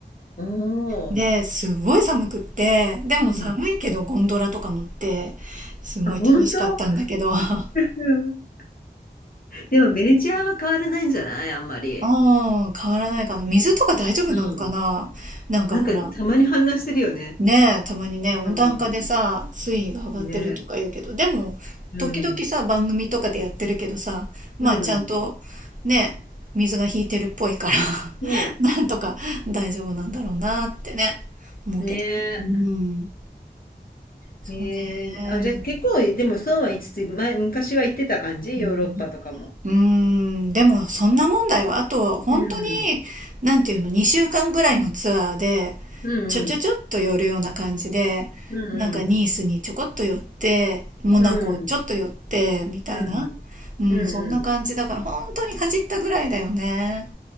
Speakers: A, on the left; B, on the right.
A: おお。
B: で、すごい寒くって、でも寒いけどゴンドラとか乗って、
A: うん。
B: すごい楽しかったんだけど、
A: あ、本当？<laughs> う
B: <laughs>
A: ん。でもベネチアは変わらないんじゃない？あんまり。
B: ああ、変わらないかな。水とか大丈夫なのかななんかほら、
A: うん。なんかたまに氾濫してるよね。
B: ねえ、たまにね、温暖化でさ、
A: うん。
B: 水位が上がってるとか言うけど、
A: ね。
B: でも、
A: うん。
B: 時々さ、番組とかでやってるけどさ、まあちゃんと、
A: うん。
B: ね、水が引いてるっぽいから
A: ねえ。
B: <laughs> なんとか大丈夫なんだろうなってね、思うけど。
A: ねえ。
B: うん、そうね、
A: ええ、あ、じゃ、
B: まあ
A: 結構でもそうは言いつつ、前昔は行ってた感じ？
B: うん
A: ヨーロッパとかも。
B: うーん、でもそんなもんだよ。あと、本当に、
A: うん。
B: なんていうの、2週間ぐらいのツアーで、
A: うんうん。
B: ちょちょちょっと寄るような感じで、
A: うんうん。
B: なんかニースにちょこっと寄って、モナコちょっと寄って、
A: うん。
B: みたいな。
A: うん。
B: うん、
A: うんうん。
B: そんな感じだから、本当にかじったぐらいだよね。